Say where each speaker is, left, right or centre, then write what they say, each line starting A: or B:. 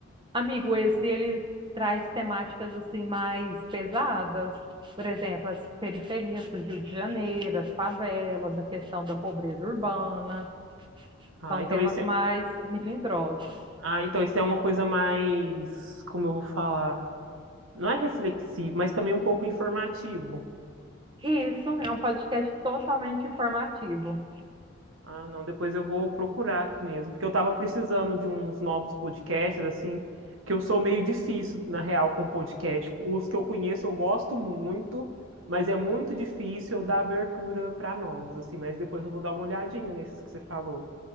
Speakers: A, on the right; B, on the right.
A: Amigo, esse ele traz temáticas assim mais pesadas, por exemplo, as periferias do Rio de Janeiro, as favelas, a questão da pobreza urbana,
B: Ah,
A: são
B: então
A: temas
B: esse, é-
A: mais melindrosos.
B: ah, então esse é uma coisa mais, como eu vou falar, não é reflexivo, mas também um pouco informativo.
A: Isso é um podcast totalmente informativo.
B: Ah, não, depois eu vou procurar mesmo, porque eu tava precisando de uns novos podcasts, assim, que eu sou meio difícil, na real, com podcast. Os que eu conheço eu gosto muito, mas é muito difícil eu dar abertura para novos, assim, mas depois eu vou dar uma olhadinha nesses que você falou.